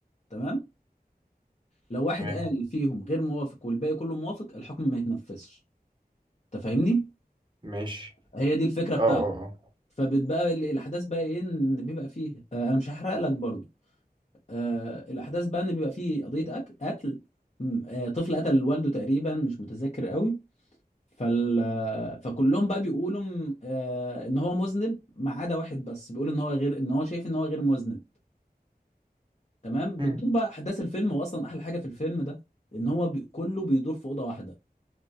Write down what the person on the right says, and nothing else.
تمام
ماشي
اه اه اه
مم.